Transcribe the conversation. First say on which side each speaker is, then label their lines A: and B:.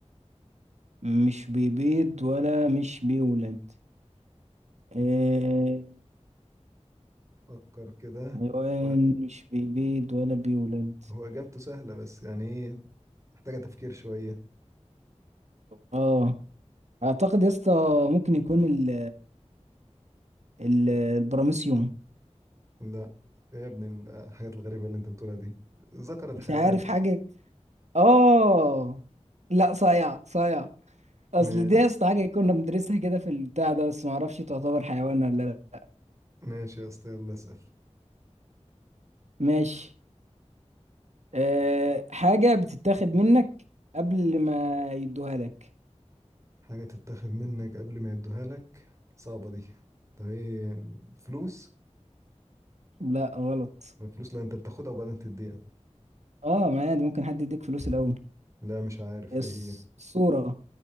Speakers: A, on the right; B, on the right.
A: مش بيبيض ولا مش بيولد إيه،
B: فكر كده
A: حيوان
B: هو
A: مش بيبيض ولا بيولد
B: هو اجابته سهلة بس يعني ايه محتاجة تفكير شوية
A: اه اعتقد يا اسطى ممكن يكون ال ال
B: يكون-
A: البراميسيوم
B: لا يا ابني الحاجات الغريبة اللي انت بتقولها دي ذكر الحيوان
A: مش عارف حاجه اه لا صايع صايع اصل
B: ماشي
A: دي يا اسطى حاجه كنا بندرسها كده في البتاع ده بس ما اعرفش تعتبر حيوان ولا لا
B: ماشي يا اسطى يلا اسأل
A: ماشي أه حاجه بتتاخد منك قبل ما يدوها لك
B: حاجة تتاخد منك قبل ما يدوها لك صعبة دي طب ايه الفلوس
A: لا غلط
B: الفلوس لا انت بتاخدها وبعدين تديها
A: اه ما عادي ممكن حد يديك فلوس الاول
B: لا مش عارف
A: الص-
B: ايه هي
A: الصورة